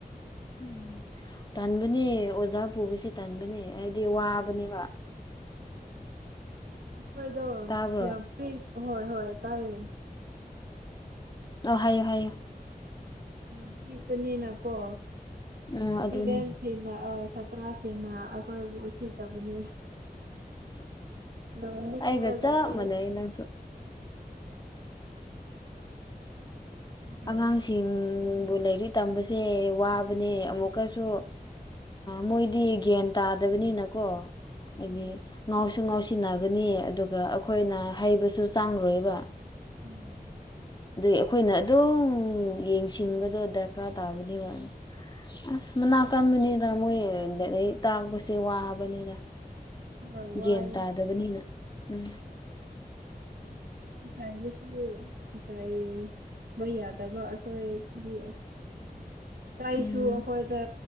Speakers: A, on the left; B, on the right.
A: ꯎꯝ ꯇꯟꯕꯅꯦ ꯑꯣꯖꯥ ꯄꯨꯕꯁꯦ ꯇꯟꯕꯅꯦ ꯍꯥꯏꯗꯤ ꯋꯥꯕꯅꯦꯕ
B: ꯃꯣꯏꯗꯣ
A: ꯇꯥꯕ꯭ꯔꯣ
B: ꯌꯥꯝ ꯄꯤ ꯍꯣꯏ ꯍꯣꯏ ꯇꯥꯏꯌꯦ
A: ꯑꯣ ꯍꯥꯏꯌꯣ ꯍꯥꯏꯌꯣ
B: ꯌꯥꯝ ꯄꯤꯛꯄꯅꯤꯅꯀꯣ
A: ꯎꯝ ꯑꯗꯨꯅꯤ
B: ꯁꯤꯗꯦꯟꯁꯤꯅ ꯑ ꯇꯔꯥꯁꯤꯅ ꯑꯩꯈꯣꯏꯕꯨ ꯎꯁꯤꯠꯇꯕꯅꯤ ꯅꯣꯛꯅꯤꯡꯕꯖꯥꯠꯅꯦ
A: ꯑꯩꯒ ꯆꯞ ꯃꯥꯟꯅꯩ ꯅꯪꯁꯨ
B: ꯇꯧꯕꯅꯦ
A: ꯑꯉꯥꯡꯁꯤꯡꯕꯨ ꯂꯥꯏꯔꯤꯛ ꯇꯝꯕꯁꯦ ꯋꯥꯕꯅꯦ ꯑꯃꯨꯛꯀꯁꯨ ꯃꯣꯏꯗꯤ ꯒ꯭ꯌꯥꯟ ꯇꯥꯗꯕꯅꯤꯅꯀꯣ ꯍꯥꯏꯗꯤ
B: ꯍꯣꯏ
A: ꯉꯥꯎꯁꯨ ꯉꯥꯎꯁꯤꯟꯅꯒꯅꯤ ꯑꯗꯨꯒ ꯑꯩꯈꯣꯏꯅ ꯍꯩꯕꯁꯨ ꯆꯥꯡꯔꯣꯏꯕ
B: ꯎꯝ
A: ꯑꯗꯨꯏ ꯑꯩꯈꯣꯏꯅ ꯑꯗꯨꯝ ꯌꯦꯡꯁꯤꯟꯕꯗꯣ ꯗꯔꯀꯥꯔ ꯇꯥꯕꯅꯦꯕ ꯑꯁ ꯃꯅꯥꯛ ꯀꯟꯕꯅꯤꯅ ꯃꯣꯏ ꯇꯥꯛꯄꯁꯦ ꯋꯥꯕꯅꯤꯅ
B: ꯍꯣꯏ ꯋꯥꯏ
A: ꯒ꯭ꯌꯥꯟ ꯇꯥꯗꯕꯅꯤꯅ ꯎꯝ <unintelligible>
B: ꯆꯥꯏꯕꯁꯨ ꯆꯥꯏꯕ ꯌꯥꯗꯕ ꯑꯩꯈꯣꯏꯒꯤ <unintelligible> ꯑꯩꯁꯨ
A: ꯎꯝ
B: ꯑꯩꯈꯣꯏꯗ